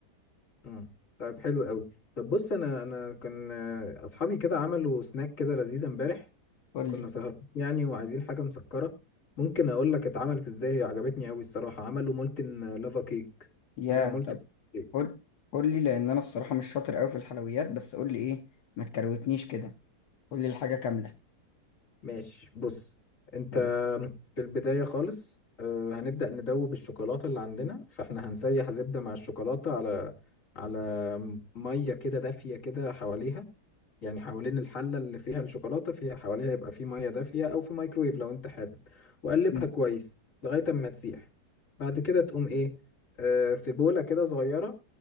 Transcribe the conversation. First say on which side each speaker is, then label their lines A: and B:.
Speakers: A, on the left (about 50°); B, on the left (about 75°).
A: مم. طيب حلو قوي طب بص انا انا كان آه، اصحابي كده عملوا سناك كده لذيذ امبارح
B: قول
A: كنا
B: لي
A: سهرانين يعني وعايزين حاجه مسكره ممكن اقول لك اتعملت ازاي هي عجبتني قوي الصراحه عملوا مولتن لافا كيك
B: يا
A: اسمها مولتن
B: طب
A: كيك
B: قول قول لي لان انا الصراحه مش شاطر قوي في الحلويات بس قول لي ايه ما تكروتنيش كده قول لي الحاجه كامله
A: ماشي بص انت
B: قول لي
A: في البدايه خالص آه، هنبدا ندوب الشوكولاته اللي عندنا فاحنا هنسيح زبده مع الشوكولاته على على ميه كده دافيه كده حواليها يعني حوالين الحلة اللي فيها الشوكولاتة فيها حواليها يبقى في مية دافية أو في مايكرويف لو أنت حابب وقلبها
B: مم.
A: كويس لغاية أما تسيح بعد كده تقوم إيه آه في بولة كده صغيرة